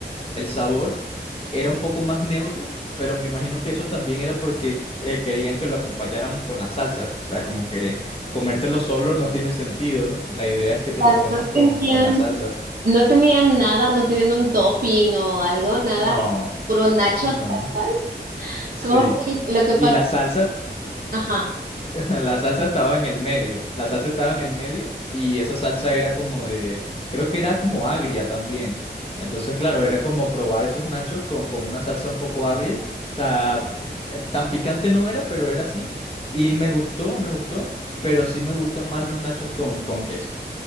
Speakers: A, on the left; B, on the right.
A: el sabor era un poco más neutro, pero me imagino que eso también era porque eh, querían que lo acompañáramos con las salsas, o sea, como que... Comértelo solo no tiene sentido. La idea es que te
B: Ah,
A: lo comas
B: No
A: con,
B: tenían,
A: con las salsas.
B: no tenían nada, no tenían un topping o algo, nada,
A: No,
B: puro nacho
A: no,
B: tal cual.
A: sí.
B: Como que lo que
A: Y
B: pasa?
A: la salsa,
B: Ajá.
A: <laughs> la salsa estaba en el medio. La salsa estaba en el medio y esa salsa era como de, creo que era como agria también. Entonces, claro, era como probar esos nachos con, con una salsa un poco agria. O sea, eh, tan picante no era, pero era así. Y me gustó, me gustó, pero sí me gustan más los nachos con, con queso.